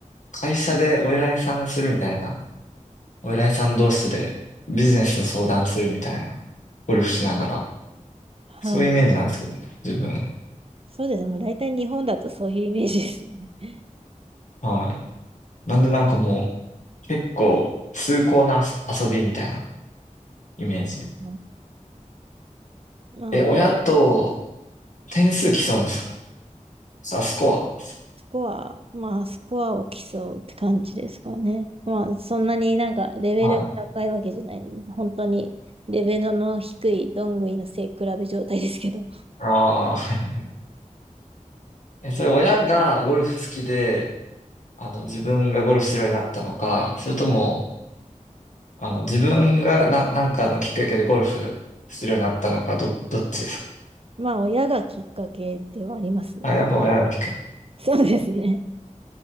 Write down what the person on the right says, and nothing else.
はい。
そうですね。もう大体日本だとそういうイメージですよね。<laughs>
うん、まあ、
スコア、まあ、スコアを競うって感じですかね。まあ、そんなになんかレベルが高いわけじゃない。
本当にレベルの低いどんぐりの背比べ状態ですけど。
<laughs> まあ、親がきっかけではありますね。
そうですね。